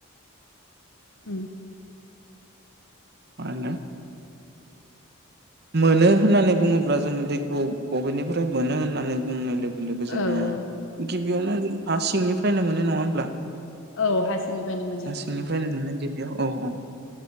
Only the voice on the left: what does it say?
उम
औ
औ
औ हारसिंनिफ्रायनो मोनो
नोंगौ।